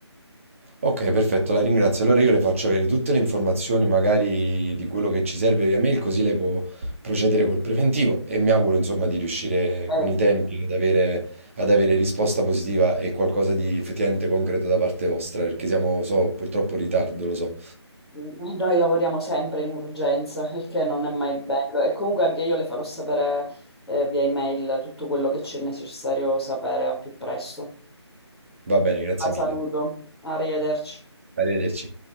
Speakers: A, on the right; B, in the centre.
A: Ok, perfetto, la ringrazio. Allora io le faccio avere tutte le informazioni, magari di quello che ci serve via mail, così lei può procedere col preventivo e mi auguro, insomma, di riuscire con
B: Eh,
A: i tempi ad avere, ad avere risposta positiva e qualcosa di effettivamente concreto da parte vostra, perché siamo, so, purtroppo in ritardo, lo so.
B: sì, Noi lavoriamo sempre in urgenza, <laughs> il che non è mai bello. E comunque anche io le farò sapere eh, via email tutto quello che c'è necessario sapere al più presto.
A: Va bene, grazie
B: La saluto.
A: mille.
B: Arrivederci.
A: Arrivederci.